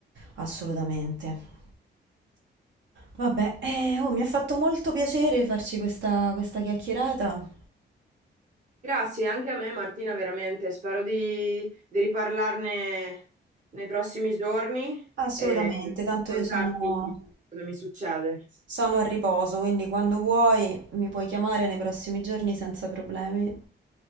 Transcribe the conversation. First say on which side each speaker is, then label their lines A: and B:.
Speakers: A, on the right; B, on the right.
A: assolutamente. Vabbè, eh, oh, mi ha fatto molto piacere farci questa, questa chiacchierata.
B: Grazie anche a me Martina, veramente, spero di, di riparlarne nei prossimi giorni
A: Assolutamente,
B: e
A: tanto
B: contarti
A: io sono,
B: cosa mi succede.
A: sono a riposo, quindi quando vuoi mi puoi chiamare nei prossimi giorni senza problemi.